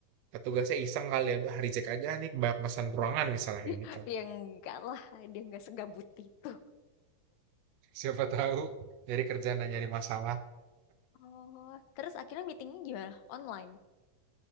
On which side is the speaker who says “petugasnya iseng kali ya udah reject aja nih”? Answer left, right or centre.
Right